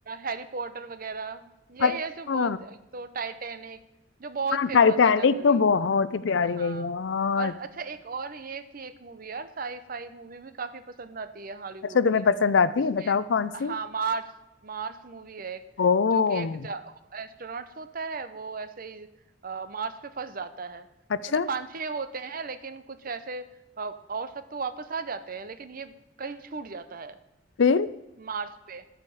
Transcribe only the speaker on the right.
हैरी पॉटर वगैरह यही
है जो बहुत एक तो टाइटैनिक जो बहुत
फेमस
है जनरली
हाँ।
और अच्छा एक और ये थी एक मूवी यार साई फाई मूवी भी काफी पसंद आती है हॉलीवुड
की
जिसमें
हाँ मार्स मार्स मूवी है एक
जो कि एक एस्ट्रोनॉट्स होता है वो ऐसे ही अ, मार्स पे फंस जाता है
मतलब पांच छह होते हैं लेकिन कुछ ऐसे अ, और सब तो वापस आ जाते हैं लेकिन ये कहीं छूट जाता है
मार्स पे